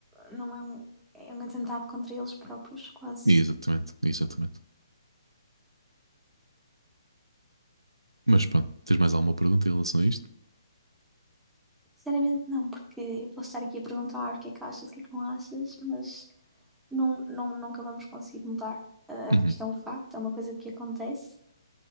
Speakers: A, in the centre; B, on the right.
A: não é um, é um atentado contra eles próprios, quase.
B: E Exatamente, exatamente. Mas pronto, tens mais alguma pergunta em relação a isto?
A: Sinceramente não, porque eu posso estar aqui a perguntar o que é que achas, o que é que não achas, mas Nun- nun- nunca vamos conseguir mudar, eh,
B: Uhum.
A: porque isto é um facto, é uma coisa que acontece